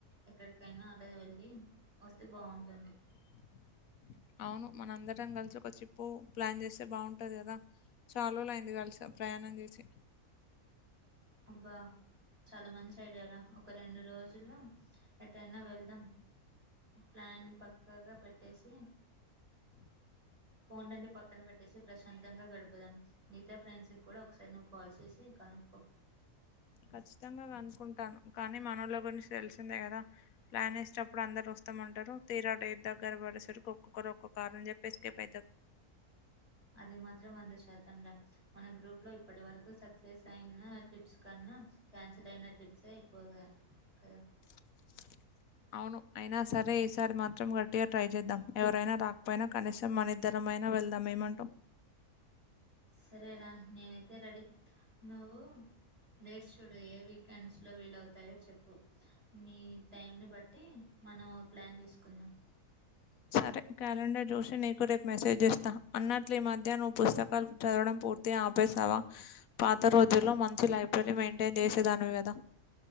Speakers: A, on the right; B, on the left.
A: ఎక్కడికైనా అలాగ వెళ్ళి వస్తే బాగుంటుంది
B: <unintelligible> అవును మన అందరం కలిసి ఒక ట్రిప్ ప్లాన్ చేస్తే బాగుంటది కదా చాలా రోజులు అయింది కలిసా ప్రయాణం చేసి
A: అబ్బా చాలా మంచి ఐడియారా ఒక రెండు రోజులు ఎట్టైనా వెళ్దాం ప్లాన్ పక్కగా పెట్టేసి
B: <unintelligible>
A: ఫోన్లన్నన్ని పక్కన పెట్టేసి ప్రశాంతంగా గడుపుదాం మిగతా ఫ్రెండ్స్కి కూడా ఒకసారి నువ్వు కాల్ చేసి కనుక్కో
B: ఖచ్చితంగా కనుకుంటాను కానీ మనోళ్ళ గురించి తెలిసిందే కదా ప్లాన్ వేసేటప్పుడు అందరు వస్త మంటారు తీరా డేట్ దగ్గర పడేసరికి ఒక్కొక్కరు ఒక్క కారణం చెప్పే ఎస్కేప్ ఐతారు
A: అది మాత్రం వంద శాతంరా మన గ్రూప్లో ఇప్పటి వరకు సక్సెస్ అయిన టిప్స్ కన్నా క్యాన్సిల్ అయిన టిప్సే ఎక్కువగా కదా
B: <unintelligible> అవును అయినా సరే ఈసారి మాత్రం గట్టిగా ట్రై చేద్దాం ఎవరైనా రాకపోయినా కనీసం మనద్దరం మైనా వెళ్దాం ఏమంటావ్
A: సరే రా నేనైతే రెడీ నువ్వు డేట్స్ చూడు ఏ వీకెండ్స్ లో విలేవుతాయో చెప్పు నీ టైంని బట్టి మనం ఒక ప్లాన్ చేసుకుందాం
B: <unintelligible> సరే క్యాలెండర్ చూసి నీకు రేపు మెసేజ్ చేస్తా అన్నట్లు ఈ మధ్య నువ్వు పుస్తకాలు చదవడం పూ ఆపేసవా పాత రోజుల్లో మంచి లైబ్రరీ మెయింటైన్ చేసేదానివి కదా